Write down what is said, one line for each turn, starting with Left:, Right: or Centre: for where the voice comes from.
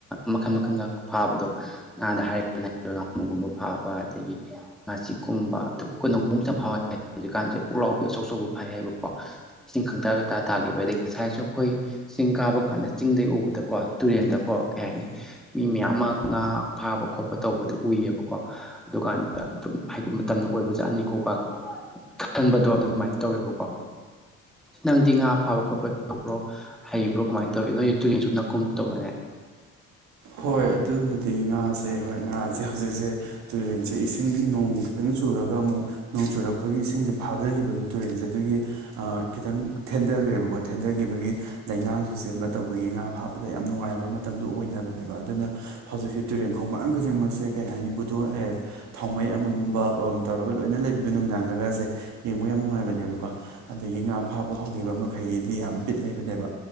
Centre: ꯃꯈꯜ ꯃꯈꯜ ꯐꯥꯕꯗꯣ ꯉꯥꯗ ꯍꯥꯏꯔꯒ ꯐꯥꯕ ꯑꯗꯒꯤ ꯉꯥꯆꯤꯛꯀꯨꯝꯕ <unintelligible> ꯍꯧꯖꯤꯀꯥꯟꯖꯦ ꯄꯨꯂꯥꯎ ꯇꯧꯕ ꯐꯩ ꯍꯥꯏꯕꯀꯣ ꯏꯁꯤꯡ ꯈꯪꯇꯥ ꯇꯥꯒꯤꯕ ꯑꯗꯒꯤ ꯉꯁꯥꯏꯁꯨ ꯑꯩꯈꯣꯏ ꯆꯤꯡ ꯀꯥꯕ ꯀꯥꯟꯗ ꯆꯤꯡꯗꯩ ꯎꯕꯗꯀꯣ ꯇꯨ ꯀꯣ ꯀꯩ ꯍꯥꯏꯅꯤ ꯃꯤ ꯃꯌꯥꯝ ꯑꯃ ꯉꯥ ꯐꯥꯕ ꯈꯣꯠꯄ ꯇꯧꯕꯗꯨꯣ ꯎꯏꯌꯦꯕꯀꯣ ꯑꯗꯨꯀꯥꯟꯗ ꯑꯗꯨꯝ ꯍꯥꯏꯗꯤ ꯃꯇꯝꯅ ꯑꯣꯏꯕ ꯖꯥꯠꯅꯤꯀꯣꯀ ꯀꯥꯍꯟꯕꯗꯣ ꯑꯗꯨꯃꯥꯏꯅ ꯇꯧꯋꯦꯕꯀꯣ ꯅꯪꯗꯤ ꯉꯥ ꯐꯥꯕ ꯈꯣꯠꯄ ꯇꯧꯕ꯭ꯔꯣ ꯍꯩꯕ꯭ꯔꯣ ꯀꯃꯥꯏꯅ ꯇꯧꯒꯦ ꯅꯣꯏ ꯇꯨꯔꯦꯟꯁꯨ ꯅꯀꯨꯝ ꯇꯧꯗ
Right: ꯍꯣꯏ ꯑꯗꯨꯕꯨꯗꯤ ꯉꯥꯁꯦ ꯍꯣꯏ ꯉꯥꯁꯦ ꯍꯧꯖꯤꯛꯁꯦ ꯇꯨꯔꯦꯟꯁꯦ ꯏꯁꯤꯡ ꯅꯣꯡ ꯈꯤꯇꯪ ꯆꯨꯔꯒ ꯑꯃꯨꯛ ꯆꯨꯔꯛꯄꯒꯤ ꯏꯁꯤꯡꯁꯦ ꯐꯥꯊꯈꯤꯕꯗꯣ ꯇꯨꯔꯦꯜꯁꯦ ꯑꯗꯨꯒꯤ ꯈꯤꯇꯪ ꯊꯦꯟꯊꯈ꯭ꯔꯦꯕꯀꯣ ꯊꯦꯟꯊꯈꯤꯕꯒꯤ ꯂꯩꯉꯥꯡꯁꯨ ꯆꯦꯟꯕ ꯇꯧꯕꯒꯤ ꯉꯥ ꯐꯥꯕꯗ ꯌꯥꯝ ꯅꯨꯡꯉꯥꯏꯕ ꯃꯇꯝꯗ ꯑꯣꯏꯅꯕꯅꯦꯕ ꯑꯗꯨꯅ ꯍꯧꯖꯤꯛꯁꯦ ꯇꯨꯔꯦꯟ ꯈꯣꯡꯕꯥꯟ ꯈꯨꯗꯤꯡꯃꯛꯁꯦ ꯀꯩ ꯍꯥꯏꯅꯤ ꯕꯨꯗ ꯊꯥꯎꯃꯩ ꯑꯃꯃꯝꯕ ꯇꯧꯔꯒ ꯂꯣꯏꯅ ꯂꯩꯕꯗꯣ ꯅꯨꯡꯗꯥꯡꯗꯒꯔꯁꯦ ꯌꯦꯡꯕ ꯌꯥꯝ ꯅꯨꯡꯉꯥꯏꯕꯅꯦꯕꯀꯣ ꯑꯗꯒꯤ ꯉꯥ ꯐꯥꯕ ꯍꯧꯈꯤꯕ ꯃꯈꯩꯒꯤꯗꯤ ꯌꯥꯝ ꯕꯤꯠ ꯂꯩꯕꯅꯦꯕ